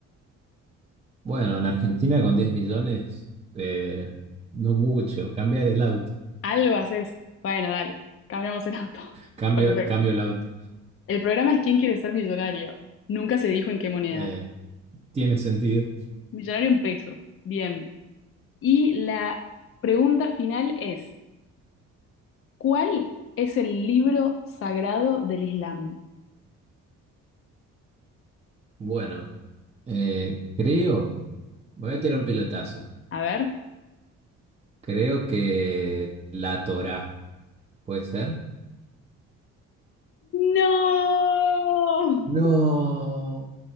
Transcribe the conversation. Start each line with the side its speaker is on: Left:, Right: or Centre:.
Right: Bueno, en Argentina con 10 millones, eh, no mucho. Cambiar el auto.
Left: Algo haces. Bueno, dale, cambiamos el auto. <laughs>
Right: Cambio,
Left: Perfecto.
Right: cambio el auto.
Left: El programa es ¿Quién quiere ser millonario? Nunca se dijo en qué moneda.
Right: Eh, tiene sentido.
Left: Millonario en pesos. Bien. Y la pregunta final es, ¿cuál es el libro sagrado del Islam?
Right: Bueno, eh, creo, voy a tirar un pilotazo.
Left: A ver.
Right: Creo que la Torá, ¿puede ser?
Left: ¡No!
Right: No,